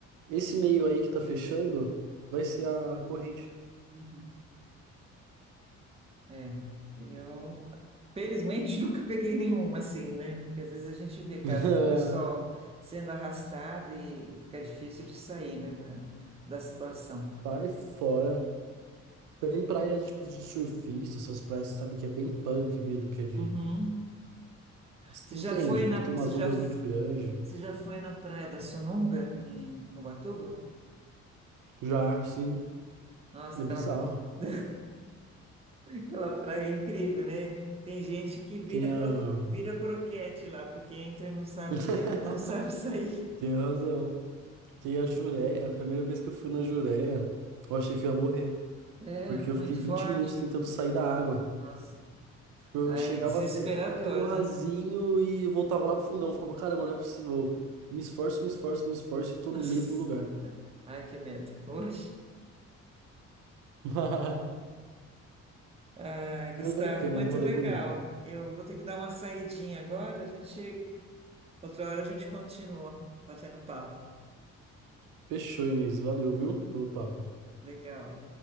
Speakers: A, on the right (about 85°); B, on the right (about 20°).
A: Esse meio aí que tá fechando vai ser a corrente.
B: Uhum. É, eu felizmente <laughs> nunca peguei nenhuma assim, né? Porque às vezes a gente vê casos
A: <laughs>
B: do pessoal sendo arrastado e fica difícil de sair, né, da, da situação.
A: vai fora. Tem praia, tipo, de surfista, essas praias, sabe, que é bem punk mesmo, que é de...
B: Uhum. Você
A: Entende?
B: já foi na,
A: Que tem
B: você
A: umas
B: já,
A: ondas muito grandes.
B: você já foi na Praia da Sununga, em Ubatuba?
A: Já, sim,
B: Nossa,
A: é
B: aquela,
A: bizarro.
B: <laughs> aquela praia é incrível, né? Tem gente que vira,
A: Tem a...
B: cro, vira croquete lá, porque entra e não sabe,
A: <laughs>
B: não sabe sair.
A: Tem razão. Tem a Jureia. A primeira vez que eu fui na Jureia, eu achei que eu ia morrer.
B: É,
A: Porque
B: muito
A: eu fiquei 20
B: forte.
A: minutos tentando sair da água.
B: Nossa.
A: Eu
B: Ai,
A: chegava
B: é desesperador,
A: até perto do rasinho
B: né?
A: e voltava lá pro fundão. Eu falava, caramba, não é possível. Me esforço, me esforço, me esforço e tô
B: <laughs>
A: no mesmo lugar.
B: Ai, que medo. Oxe.
A: <laughs>
B: Ai,
A: Mas
B: Gustavo,
A: vale a pena,
B: muito
A: é um rolê
B: legal.
A: bonito.
B: Eu vou ter que dar uma saidinha agora, a gente, outra hora a gente continua batendo papo.
A: Fechou, Inês. Valeu, viu, pelo papo.
B: Legal.